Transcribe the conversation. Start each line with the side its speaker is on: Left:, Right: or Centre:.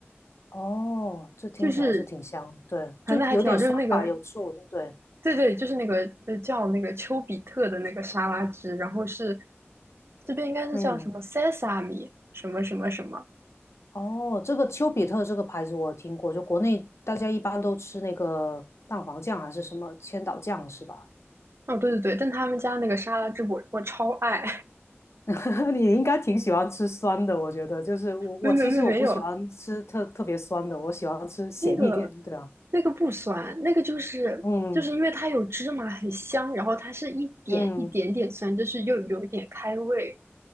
Left: 哦，这听起来是挺香的，
Right: 就是
Left: 对，
Right: 反正还挺好，
Left: 就有点酸吧，
Right: 就是那个。
Left: 有醋，对不对？
Right: 对对，就是那个呃叫那个丘比特的那个沙拉汁，然后是这边应该是叫什么
Left: 嗯。
Right: sesame 什么什么什么。
Left: 哦，这个丘比特这个牌子我听过，就国内大家一般都吃那个蛋黄酱还是什么千岛酱是吧？
Right: 哦，对对对，但他们家那个沙拉汁我我超爱，
Left: <laughs> 你应该挺喜欢吃酸的，我觉得就是我我其实我不喜欢吃特特别酸的，
Right: <laughs> 没没没没有
Left: 我喜欢吃咸一点，
Right: 那个
Left: 对啊，
Right: 那个不酸，那个就是就是因为它有芝麻很香，
Left: 嗯
Right: 然后它是一点一点点酸，
Left: 嗯，
Right: 就是又有一点开胃。